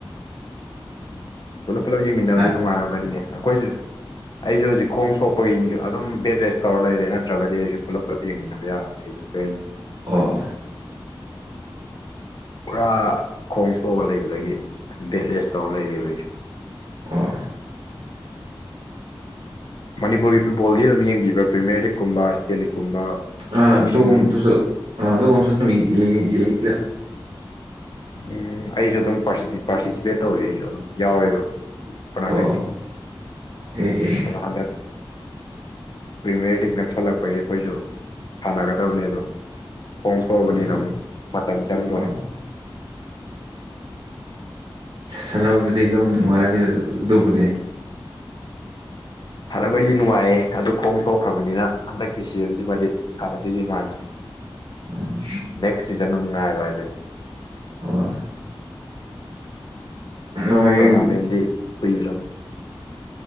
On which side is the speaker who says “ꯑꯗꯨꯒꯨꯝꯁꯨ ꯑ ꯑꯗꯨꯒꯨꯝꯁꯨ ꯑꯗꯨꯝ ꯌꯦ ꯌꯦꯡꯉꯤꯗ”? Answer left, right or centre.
Right